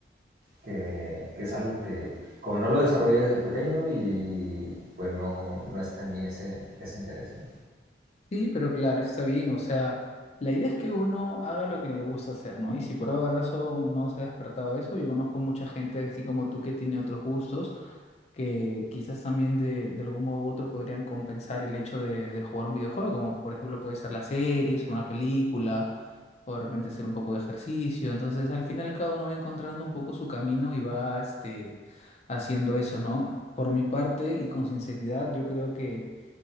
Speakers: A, on the right; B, on the left.
A: que, que es algo que, como no lo desarrollé desde pequeño y pues no, no está en mí ese, ese interés. ¿no?
B: Sí, pero claro, está bien. O sea, la idea es que uno haga lo que le gusta hacer, ¿no? Y si por alguna razón no se ha despertado eso, yo conozco mucha gente así como tú que tiene otros gustos, que quizás también de, de algún modo u otro podrían compensar el hecho de, de jugar un videojuego, como por ejemplo puede ser las series, una película, o de repente hacer un poco de ejercicio. Entonces, al final cada uno va encontrando un poco su camino y va este, haciendo eso, ¿no? Por mi parte y con sinceridad, yo creo que